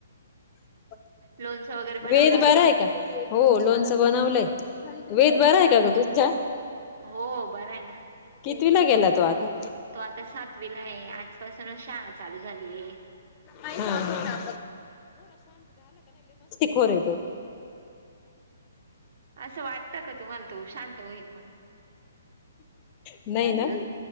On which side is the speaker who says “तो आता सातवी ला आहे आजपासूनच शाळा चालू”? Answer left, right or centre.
Right